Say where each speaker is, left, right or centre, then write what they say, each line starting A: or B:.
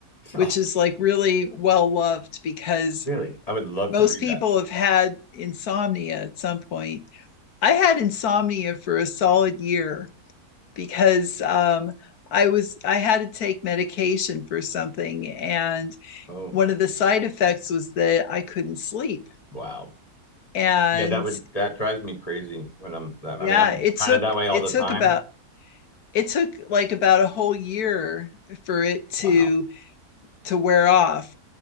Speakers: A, on the left; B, on the left.
A: which
B: Oh,
A: is like really well loved because
B: really? I would love
A: most
B: to read
A: people
B: that.
A: have had insomnia at some point. I had insomnia for a solid year because um, I was I had to take medication for something, and
B: Oh,
A: one of the side effects was that I couldn't sleep.
B: wow.
A: And
B: Yeah, that would that drives me crazy when I'm that.
A: yeah,
B: I mean, I'm
A: it
B: kind
A: took
B: of that way all
A: it
B: the
A: took
B: time.
A: about it took like about a whole year for it to
B: Wow.
A: to wear off,